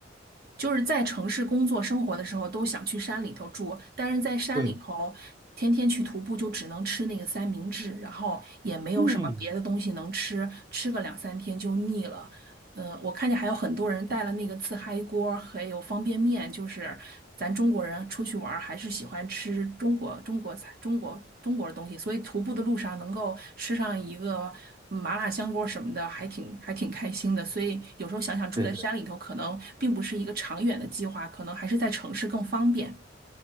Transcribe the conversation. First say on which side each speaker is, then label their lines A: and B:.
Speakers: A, on the right; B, on the right.
A: 就是在城市工作生活的时候都想去山里头住，但是在山里头天天去徒步就只能吃那个三明治，
B: 对，
A: 然后也没有什么别的东西能吃，
B: 嗯，
A: 吃个两三天就腻了。呃，我看见还有很多人带了那个自嗨锅，还有方便面，就是咱中国人出去玩儿还是喜欢吃中国中国菜、中国中国的东西，所以徒步的路上能够吃上一个麻辣香锅什么的，还挺还挺开心的。所以有时候想想住在山里头，
B: 对对对，
A: 可能并不是一个长远的计划，可能还是在城市更方便。